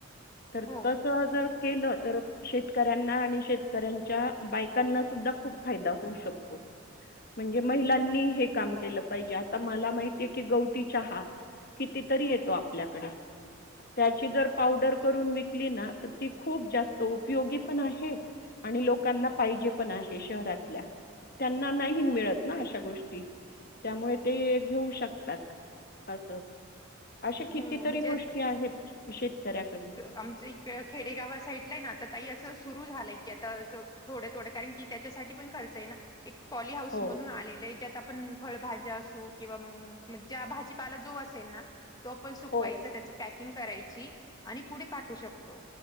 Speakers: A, on the left; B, on the left.
A: तर
B: हो
A: तसं जर केलं तर शेतकऱ्यांना आणि शेतकऱ्यांच्या बायकांना सुद्धा खूप फायदा होऊ शकतो. म्हणजे महिलांनी हे काम केलं पाहिजे आता मला माहित तीये की गवती चहा कितीतरी येतो आपल्याकडे त्याची जर पावडर करून विकली ना तर ती खूप जास्त उपयोगी पण आहे आणि लोकांना पाहिजे पण आहे शहरातल्या त्यांना नाही मिळत ना अशा गोष्टी त्यामुळे ते घेऊ शक तात अस असे कितीतरी
B: हो म्हणजे
A: गोष्टी आहेत शेतकऱ्याकड
B: आमचे इक ड खेडेगावा साईडला आहे ना तर ताई असं सुरू झालंय की आता असं थोडे थोडे कारण की त्याच्यासाठी पण खर्च ये ना एक पॉली हाऊस
A: हो,
B: म्हणून आलेलय ज्यात आपण फळभाज्या असो किंवा मंग ज्या भाजीपाला जो असेल ना तो आपण सुकवायचा
A: हो,
B: त्याच पॅकिंग करायची आणि पुढे पाठवू शकतो.